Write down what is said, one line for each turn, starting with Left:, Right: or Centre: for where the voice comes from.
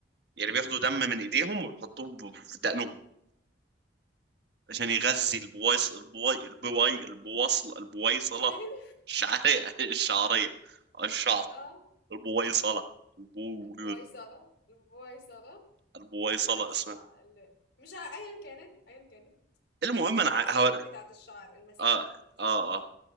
Right: يعني بياخدوا دم من ايديهم وبيحطوه ب- في دقنهم عشان يغذي البويصل البوي البوي البوصل البويصلة
Left: أيوة
Right: الشعرية <laughs> الشعرية الشعر
Left: اه
Right: البويصلة البو
Left: البويصلة البويصلة
Right: البويصلة
Left: البويصلة
Right: اسمها
Left: ال- مش ع... أيا كانت أيا كانت
Right: المهم انا
Left: المسام
Right: ع- هوري
Left: بتاعة الشعر المسام
Right: اه
Left: مسام
Right: اه
Left: الشعر
Right: اه